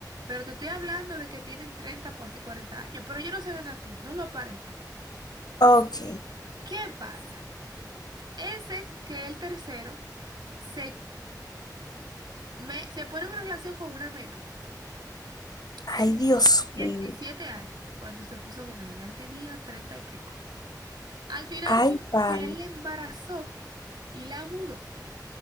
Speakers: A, on the right; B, on the left.
A: pero te estoy hablando de que tienen 30 o casi 40 años, pero ellos no se ven así, no lo aparentan.
B: ok.
A: ¿Qué pasa? Ese que el tercero se, me- se pone en una relación con una menor.
B: Ay,
A: Tenía
B: Dios
A: 17
B: mío.
A: años cuando se puso con ella, él tenía 30 y pico. Al final
B: Ay,
A: fue como
B: padre.
A: que él la embarazó y la mudó.